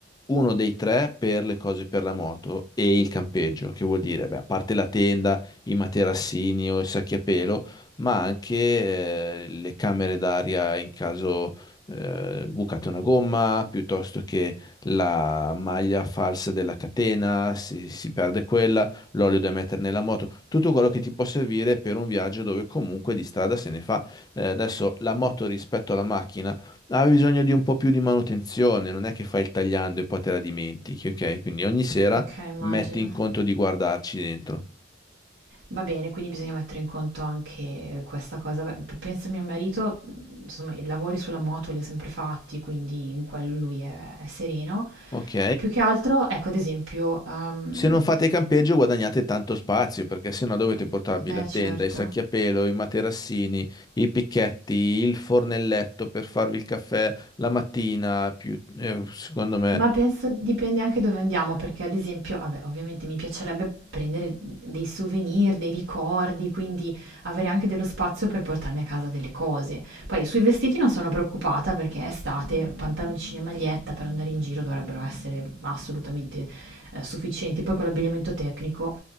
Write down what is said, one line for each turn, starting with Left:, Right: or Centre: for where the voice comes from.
Left: uno dei tre per le cose per la moto e il campeggio, che vuol dire, beh, a parte la tenda, i materassini o i sacchi a pelo, ma anche eh, le camere d'aria in caso eh, bucate una gomma, piuttosto che la maglia falsa della catena, si, si perde quella, l'olio da mettere nella moto, tutto quello che ti può servire per un viaggio dove comunque di strada se ne fa. Eh, adesso la moto rispetto alla macchina ha bisogno di un po' più di manutenzione, non è che fai il tagliando e poi te la dimentichi, ok? Quindi ogni sera
Right: okay, immagino.
Left: metti in conto di guardarci dentro.
Right: Va bene, quindi bisogna mettere in conto anche questa cosa. Beh, p- Penso a mio marito, insomma, i lavori sulla moto li ha sempre fatti, quindi in quello lui è, è sereno.
Left: Ok,
Right: Più che altro, ecco, ad esempio, ehm,
Left: Se non fate campeggio guadagnate tanto spazio perché sennò dovete portarvi la
Right: eh certo.
Left: tenda, i sacchi a pelo, i materassini, i picchetti, il fornelletto per farvi il caffè la mattina, più, eh, secondo me
Right: Ma penso dipende anche dove andiamo, perché ad esempio, vabbè, ovviamente mi piacerebbe prendere dei souvenir, dei ricordi, quindi avere anche dello spazio per portarmi a casa delle cose. Poi sui vestiti non sono preoccupata perché è estate, pantaloncini e maglietta per andare in giro dovrebbero essere assolutamente eh, sufficienti, poi con l'abbigliamento tecnico.